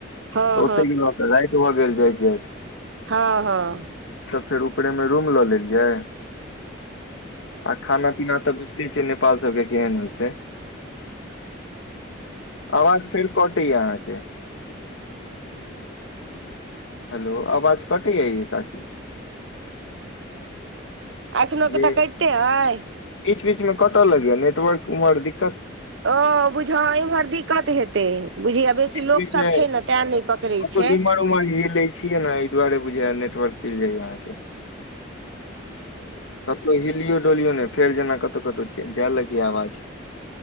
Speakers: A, on the right; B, on the left.
A: हँ
B: तऽ ओते गेल होत जााय त भ गेल जाइ। <unintelligible>
A: हाँ-हाँ।
B: फेर ऊपरे मे रूम ल लेली ये, आ खाना-पीना तऽ बुझते छियै नेपाल सबके केहेन होय छै, अवाज फेर कटे या अहाँ के। हेलो अवाज कटे या ये काकी।
A: एखनो
B: ये
A: के तऽ कटिते अइ
B: बीच-बीच मे कटै लगे नटवर्क उमहर दिक
A: ओ बुझऽ इम्हर दिक्कत हेतै। बुझिय बेसी
B: बीच
A: लोक
B: बीचमे
A: सब छै ने तें नहि पकड़ै
B: आ त
A: छै
B: इमर उम ह लै छिय ने दुआरे बुझाए नेटवर्क चैल जाय अहाँ के, कतो हिलयो डोलियो नै फेर जेना कतो कतो जे जाय लागी अवाज